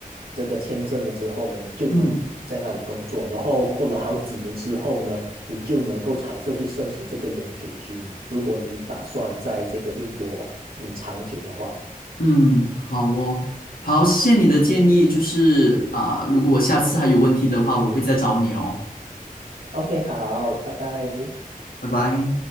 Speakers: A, on the right (about 85°); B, on the left (about 75°).
A: 这个签证了之后呢，你就能在那里工作，
B: 嗯
A: 然后过了好几年之后呢，你就能够尝试去申请这个永久居民，如果你打算在这个英国嗯长久的话。
B: 嗯，好哦，好，谢谢你的建议，就是啊、如果我下次还有问题的话，我会再找你哦，
A: OK，好，拜拜。
B: 拜拜。